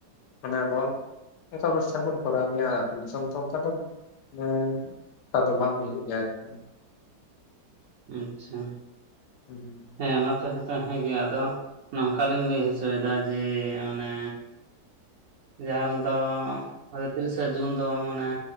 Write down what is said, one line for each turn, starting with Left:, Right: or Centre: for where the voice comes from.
Left: ᱚᱱᱟ ᱵᱚᱱ ᱚᱱᱠᱟ ᱚᱱᱩᱥᱴᱟᱱ ᱵᱚᱱ ᱠᱚᱨᱟᱣ ᱜᱮᱭᱟ ᱟᱛᱳ ᱫᱤᱥᱚᱢ ᱛᱚ ᱚᱱᱠᱟ ᱫᱚ ᱮᱸ ᱟᱫᱚ ᱵᱟᱝ ᱦᱩᱭᱩᱜ ᱜᱮᱭᱟ ᱟᱨᱠᱤ᱾
Right: ᱟᱪᱪᱷᱟ᱾
Left: ᱦᱩᱸ᱾
Right: ᱦᱮᱸ ᱚᱱᱟ ᱛᱚ ᱦᱮᱸ ᱛᱚ ᱦᱮᱸ ᱜᱮ ᱟᱫᱚ ᱱᱚᱝᱠᱟ ᱞᱤᱧ ᱞᱟᱹᱭ ᱦᱚᱪᱚᱭ ᱫᱟ ᱡᱮ ᱢᱟᱱᱮ ᱡᱟᱦᱟᱞ ᱫᱚ ᱟᱫᱚ ᱛᱤᱨᱤᱥᱟ ᱡᱩᱱ ᱫᱚ ᱢᱟᱱᱮ